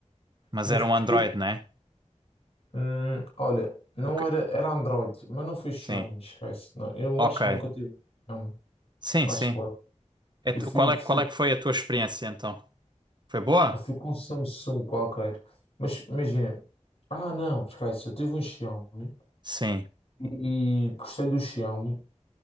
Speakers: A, on the right (about 35°); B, on the left (about 55°).
A: Mas
B: Mas
A: era
B: porque,
A: um Android, não é?
B: hum, olha, não
A: O que-
B: era, era Android, mas não foi Xiaomi,
A: Sim,
B: esquece. Não, eu
A: ok.
B: acho que nunca tive Xiaomi,
A: Sim,
B: acho
A: sim.
B: eu.
A: É
B: Eu
A: tu-
B: fui,
A: Qual
B: eu
A: é,
B: fui,
A: qual é que foi a tua experiência então? Foi boa?
B: eu fui com um Samsung qualquer. Mas imagina, ah não, esquece, eu tive um Xiaomi
A: Sim,
B: e gostei do Xiaomi.